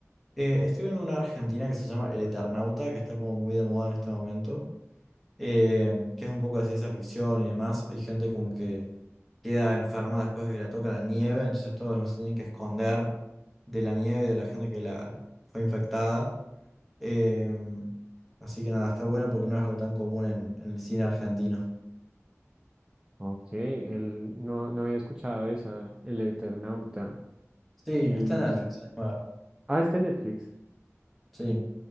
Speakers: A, in the centre; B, on the right.
A: Eh, estoy viendo una argentina que se llama El Eternauta, que está como muy de moda en este momento. eh, que es un poco de ciencia ficción y demás. Hay gente como que queda enferma después de que la toca la nieve, entonces todos se tienen que esconder de la nieve y de la gente que la fue infectada. Eh, así que nada, está bueno porque no es algo tan común en, en el cine argentino.
B: Ok, él no, no había escuchado esa, El Eternauta.
A: Sí,
B: Y.
A: está en Netflix, es nueva.
B: Ah, está en Netflix.
A: Sí,